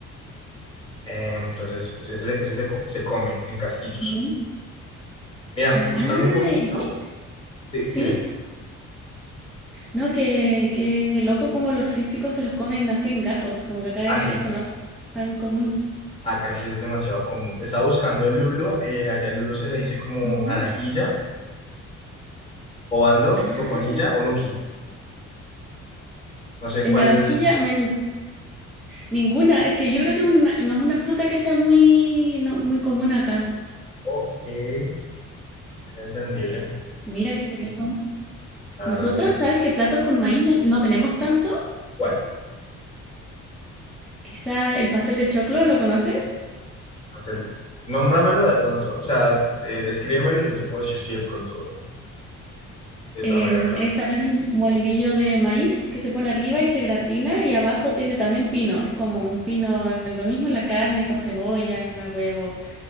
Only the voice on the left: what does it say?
Eh, entonces ese, ese- ese se, co- se come en casquitos.
Mira,
buscando un poquito,
di-
dime,
así.
Acá sí es demasiado común. Estaba buscando el lulo, eh, allá el lulo se le dice como
naranjilla, obando,
coconilla o nuki. No sé
cuál.
Ok, es entendible.
La
verdad es que sí.
¿Cuál?
Haz el. Nómbramelo de pronto, o sea, eh, descríbemelo, yo te puedo decir si de pronto de otra
manera acá.